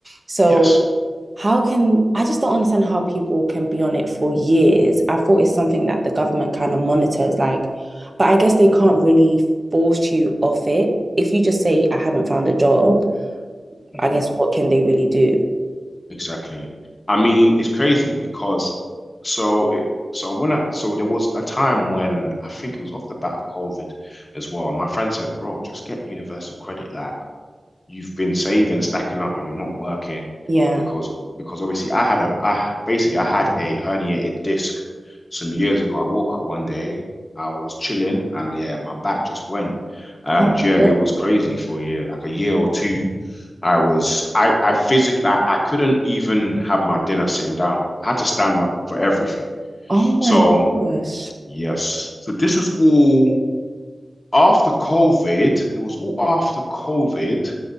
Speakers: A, on the right; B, on the left.
A: So
B: yes,
A: how can I just don't understand how people can be on it for years. I thought it's something that the government kind of monitors, like, but I guess they can't really force you off it. If you just say, I haven't found a job,
B: mhm,
A: I guess what can they really do?
B: exactly. I mean, it's crazy because so it, so when I so there was a time when I think it was off the bat of COVID as well. My friend said, "Bro, just get universal credit. Like you've been saving, stacking up, and you're not working
A: Yeah.
B: because because obviously I had a I basically I had a herniated disc some years ago. I woke up one day, I was chilling, and yeah, my back just went, and
A: Oh
B: yeah,
A: my God.
B: it was crazy for a year, like a year or two. I was I I physically I, I couldn't even have my dinner sitting down. I had to stand up for everything.
A: Oh my
B: So
A: gosh.
B: yes, so this is all after COVID, it was all after COVID,